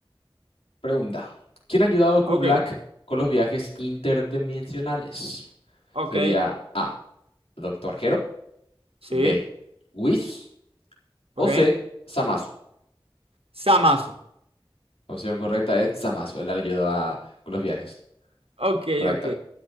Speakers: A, on the left (about 80°); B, on the right (about 75°).
A: Pregunta: ¿Quién ha ayudado a Kublak
B: Ok.
A: con los viajes interdimensionales?
B: Ok.
A: Sería A. Doctor Gero,
B: Sí.
A: B. Whis o
B: Ok.
A: C. Zamasu.
B: Samasu.
A: La opción correcta es Zamasu. Él le ayudó a- con los viajes.
B: Ok,
A: Correcto.
B: ok.